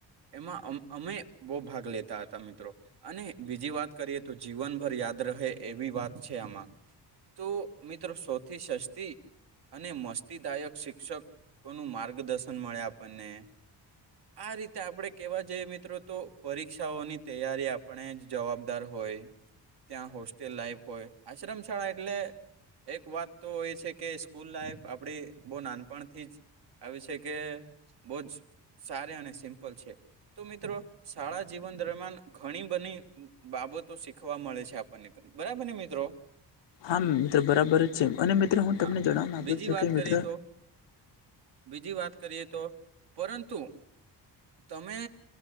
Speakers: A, on the right (about 65°); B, on the left (about 80°).
A: એમાં અમે બહુ ભાગ લેતા હતા મિત્રો અને બીજી વાત કરીએ તો જીવન. ભર યાદ રહે એવી વાત છે આમાં તો મિત્રો સૌથી સસ્તી. અને મસ્તીદાયક શિક્ષકો ન માર્ગદર્શન મળે આપણને. આ રીતે આપણેે કેવા જઈએ મિત્રો તો. પરીક્ષાઓની તૈયારી આપણે જ જવાબદાર હોય. ત્યાં હોસ્ટેલ લાઈફ હોય આશ્રમ શાળા એટલે. એક વાત તો એ છે કે સ્કૂલ લાઈફ આપડી બહુ નાનપણથી જ. આવીષ કે બહ જ સાર અને સિમ્પલ છે. તો મિત્રો શાળા જીવન દરમિયાન ઘણી બધની બાબતો. ખવા મળે છે આપણને બરાબર ને મિત્રો.
B: હા મિત્રો બરાબર જ છે અને મિત્રો હું તમને
A: હા
B: જણવા માગુ
A: બીજી
B: છું
A: વાત
B: કે મિત્ર.
A: કરીએ તો બીજી વાત કરીએ તો પરંતુ તમે.